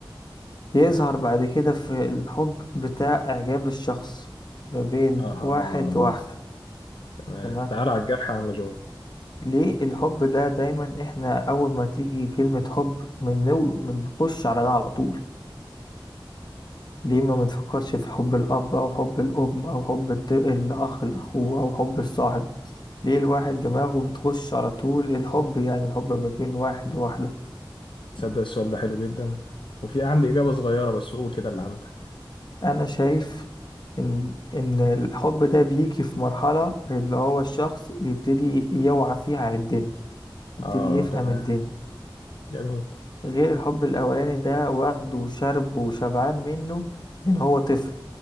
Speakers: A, on the left (about 55°); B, on the left (about 70°).
A: يظهر بعد كده في الحب بتاع إعجاب الشخص ما بين
B: أها
A: واحد وواحدة
B: تمام
A: تمام
B: تعالى على الجرح يا عم جو
A: ليه الحب ده دايما احنا أول ما تيجي كلمة حب بنو- بنخش على ده على طول ليه ما بنفكرش في حب الأب أو حب الأم أو حب الت- الأخ لأخوه أو حب الصاحب ليه الواحد دماغه بتخش على طول الحب يعني الحب ما بين واحد وواحدة
B: تصدق السؤال ده حلو جدا وفي عندي إجابة صغيرة بس قول كده اللي عندك
A: انا شايف ان ان الحب ده بيجي في مرحلة اللي هو الشخص بيبتدي يوعى فيها على الدنيا بيبتدي
B: اه
A: يفهم
B: تمام
A: الدنيا
B: جميل
A: غير الحب الاولاني ده واخده وشربه وشبعان منه من هو طفل